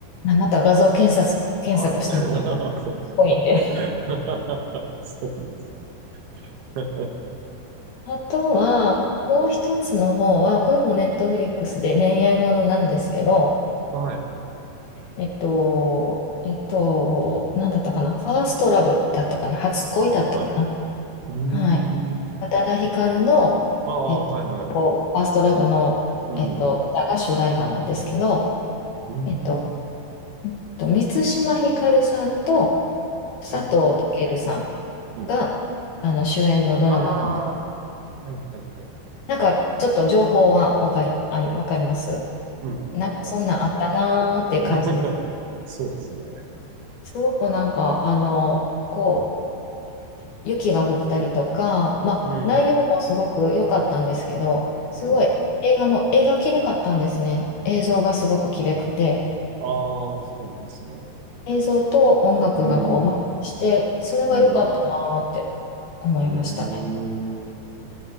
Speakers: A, on the left; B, on the right.
A: あまた画像検索、検索してみてください。
B: はい。<laughs>
A: かっ
B: そうですね。
A: こいいんで。
B: <laughs> そうです <laughs>
A: <laughs> あとは、
B: うん
A: もう一つの方は、これもネットフリックスで恋愛ものなんですけど、
B: はい。フ
A: えっと、えっと、なんだったかな、ファーストラブだったかな、初恋だったかな。
B: ァーストラブ。うーん。
A: はい。宇多田ヒカルの、
B: ああ、
A: えっと、
B: はいはい。
A: ファーストラブの、
B: うん。
A: えっと、歌が主題歌なんですけど、
B: うーん。
A: えっと、えっと満島ひかるさんと佐藤健さん
B: はいはいはい。うん。
A: があの主演のドラマなんで、
B: ああ、はいはいはいはい。
A: なんかちょっと情報はわかり、あり、わかります
B: うん。
A: なんかそんなんあったなーっていう感じです。
B: わかります、多分。うん <laughs> そうですね。
A: すごくなんか、あの、こう、雪が降ったりとか、まあ、
B: うん。
A: 内容もすごく良かったんですけど、すごい映画の、
B: うんうん。
A: 映画きれかったんですね。映像がすごくきれくて、
B: ああ、そうなんですね。
A: 映像と音楽がこう、
B: うん。
A: マッチして、それが良かったなーって思いましたね。
B: うん。うーん。